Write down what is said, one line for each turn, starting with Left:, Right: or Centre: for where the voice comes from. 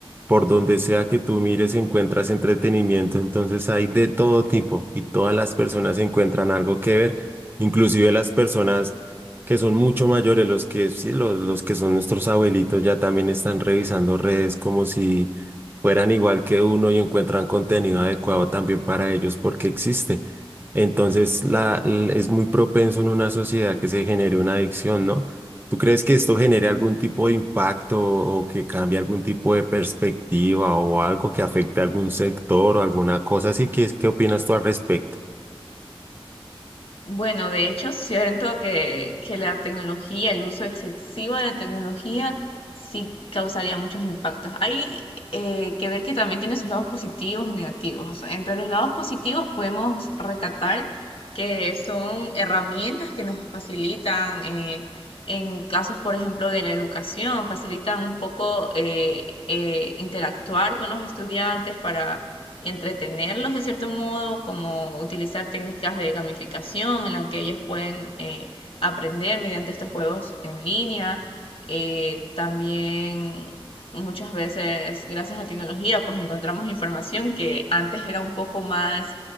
Right: por donde sea que tú mires encuentras entretenimiento. Entonces hay de todo tipo y todas las personas encuentran algo que ver, inclusive las personas que son mucho mayores, los que sí, los, los que son nuestros abuelitos ya también están revisando redes como si fueran igual que uno y encuentran contenido adecuado también para ellos porque existe. Entonces la, l- es muy propenso en una sociedad que se genere una adicción, ¿no? ¿Tú crees que esto genere algún tipo de impacto o que cambie algún tipo de perspectiva o algo que afecte a algún sector o alguna cosa así? ¿Qué, es- qué opinas tú al respecto?
Left: Bueno, de hecho, siento que, que la tecnología, el uso excesivo de la tecnología, sí causaría muchos impactos. Hay eh, que ver que también tiene sus lados positivos y negativos. O sea, entre los lados positivos podemos recatar que son herramientas que nos facilitan, eh, en casos, por ejemplo, de la educación, facilitan un poco eh, eh, interactuar con los estudiantes entretenerlos de cierto modo, como utilizar técnicas de gamificación en las que ellos pueden eh, aprender mediante estos juegos en línea. Eh, también muchas veces, gracias a la tecnología, pues encontramos información que antes era un poco más